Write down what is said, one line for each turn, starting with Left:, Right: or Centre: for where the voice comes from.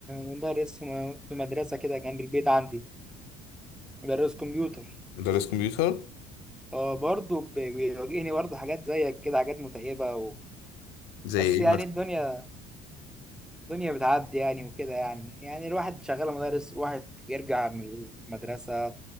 Centre: مدرس في م- في مدرسه كده جنب البيت عندي مدرس كمبيوتر
Left: مدرس كمبيوتر
Centre: اه برضه بيواجهني برضه حاجات زيك كده حاجات متعبه و...
Left: زي
Centre: بس
Left: ايه
Centre: يعني
Left: مثلا
Centre: الدنيا الدنيا بتعدي يعني وكده يعني يعني الواحد شغال مدرس الواحد بيرجع من المدرسة